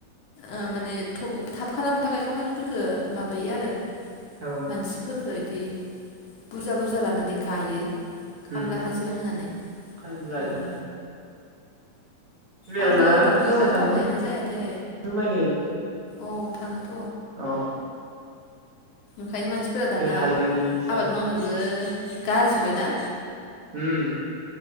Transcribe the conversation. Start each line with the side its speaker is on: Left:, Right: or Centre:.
Left: ओ माने थब थाब खालामनो थाखाय खामानिखो माबायो आरो।
Right: औ
Left: मानसिफोर बायदि बुरजा बुरजा लानानै गायो। खामला
Right: उम
Left: हाजिरा होनानै
Right: खामला हाजिरा
Left: उम
Right: मेरला
Left: आंबो दुब्लियाव
Right: फैसा थाङो
Left: थांनायानो जाया दे
Right: माइ गायनायाव
Left: औ थाङोथ'
Right: औ
Left: ओंखायनो मानसिफोरा दाना
Right: हालेवनायनि फैसा
Left: आबाद मावनोबो गारजुब बायना?
Right: ओम